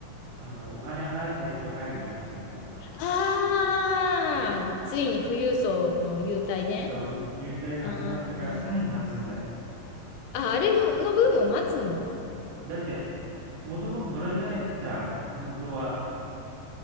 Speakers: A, on the right; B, on the left.
A: あの、お金払った人は早く行けますみたいな。
B: ああー、ついに富裕層の優待ね。
A: そう、入隊が始まったからさらに待つんだよ。
B: あーあ、あれも、の分も待つの
A: だって、もともと乗れたいじゃん。本当は。